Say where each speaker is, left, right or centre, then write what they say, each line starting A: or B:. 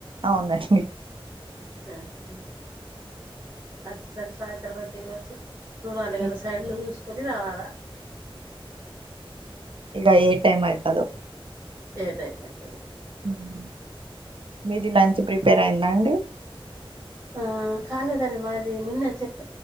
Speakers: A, on the right; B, on the right.
A: అవునండి
B: ఆహా అచ్చేసరికి సాయంత్రం అయితది గావచ్చు చూడాలి గదా
A: ఏమవుతుంది?
B: సైడ్లు చూసుకొని రావాలా
A: ఇగ ఏ టైమ్ అయితదొ
B: ఏ టైమ్ అయితదో
A: ఉమ్ మీది లంచ్ ప్రిపేర్ అయిందా అండి
B: ఆ కాలేదండి మాది నిన్నట్ చట్